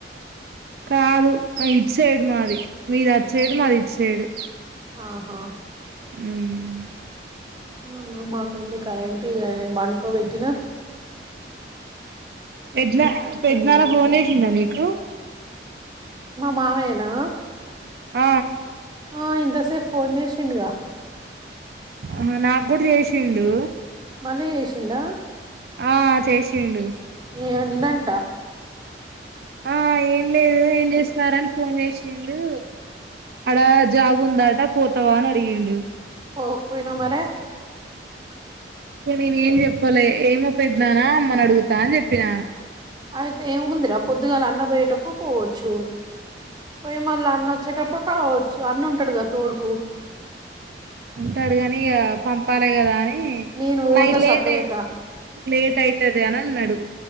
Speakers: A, on the right (about 55°); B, on the right (about 25°).
A: కాదు అ ఇటుసైడు మాది మీది అటుసైడు మాది ఇటుసైడు
B: ఆహా
A: ఉమ్
B: ఆహా మాకుంది కరెంట్ ఇగ ఆయను బండుకోబెట్టినా
A: పెద్నా పెద్ద్నాన్న
B: అన్నం తిన్న
A: ఫోన్ చేసిండనే ఉ
B: మా మావయ్యనా
A: ఆ
B: ఆ ఇంతసేపు ఫోన్ చేసిండు గా
A: ఆహ నాగ్గుడ చేసిండు
B: మళ్ళీ చేసిండా
A: ఆ చేసిండు
B: ఇయాల ఉందంట
A: ఆ ఏ ఏం లేదు ఏం చేస్తున్నారని ఫోన్ చేసిండు అడా జాగ ఉందట పోతవా అనడిగిండు
B: పోకపోయినవ్ మరే
A: ఇగ నేనేం చెప్పలే ఏమొ పెద్నాన్నా అమ్మని అడుగుతా అని చెప్పినా
B: అయితే ఏముముందిరా పొద్దుగాల అన్న పోయేటప్పుడు పోవచ్చు పోయే మళ్ళీ అన్న వచ్చేటప్పుడు రావచ్చు అన్న ఉంటాడు కదా తోడుకు
A: ఉంటాడు కాని ఇగ పంపాలి కదా అని నీ
B: నేను పోతా
A: నైట్ లేట్
B: సపరేక
A: అయ్ లేట్ అయితది దే అనన్నాడు